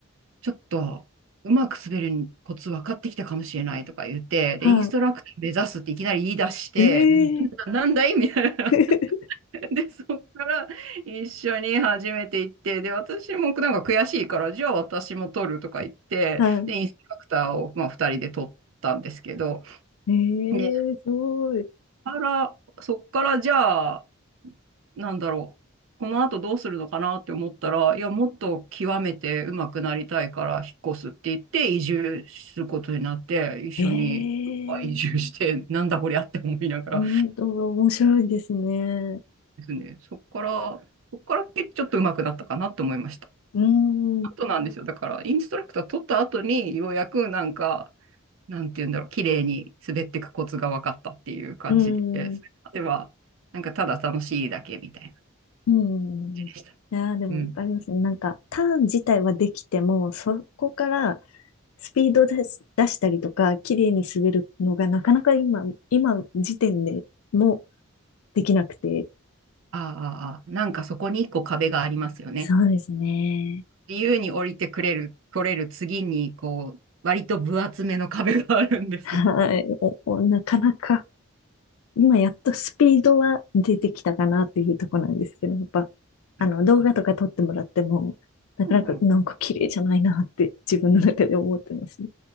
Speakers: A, on the right; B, on the left.
A: ちょっとうまく滑るコツ分かってきたかもしれないとか言って、で、
B: は
A: インストラクター目指すっていきなり言い出して、
B: い。へえ
A: えなんだ、なんだいみたいな。
B: <laughs>
A: <laughs> で、そこから一緒に始めていって、で、私もなんか悔しいから、じゃあ私も撮るとか言って、
B: は
A: で、インストラクターを、まあ、2人で撮ったんですけど、
B: い。ええすごい。
A: で、あら、そこからじゃあ、なんだろう、この後どうするのかなって思ったら、いや、もっと極めて上手くなりたいから引っ越すって言って、移住することになって、一緒に
B: ええ
A: 移住して、なんだこりゃって思いながら
B: 本当は面白いですね。
A: ですね、そこから、そこからちょっと上手くなったかなって思いました。
B: うん、
A: ことなんですよ。
B: う
A: だから、インストラクター取った後に、ようやくなんか、なんていうんだろう、綺麗に滑っていくコツが分かったっていう感じです。
B: ん、
A: では、なんかただ楽しいだけみたいな
B: うん。いやー、
A: でした。
B: でもわかりますね。
A: うん。
B: なんか、ターン自体はできても、そこからスピード出し、出したりとか、綺麗に滑るのがなかなか今、今時点でもできなくて。
A: ああ、ああなんかそこに一個壁がありますよね。
B: そうですね。
A: 自由に降りてくれる、来れる次に、こう、割と分厚めの壁があるんですよ。
B: はい。おおなかなか。今やっとスピードは出てきたかなっていうところなんですけど、やっぱ、あの、
A: <laughs>
B: 動画とか撮ってもらっても、
A: うん
B: なかなかなんか綺麗じゃないなって自分の中で思ってますね。
A: うん